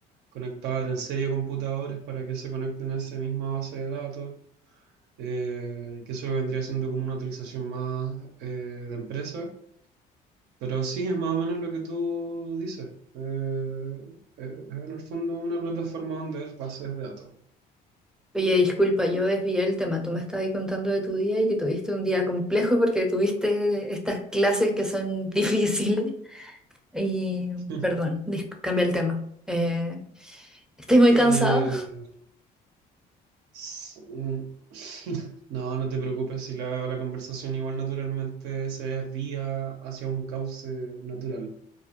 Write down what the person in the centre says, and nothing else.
Oye, disculpa, yo desvié el tema. Tú me estabas contando de tu día y que tuviste un día complejo porque tuviste estas clases que son <laughs> difíciles. Y,
perdón, dis- cambié el tema. Eh, ¿estoy muy
cansada?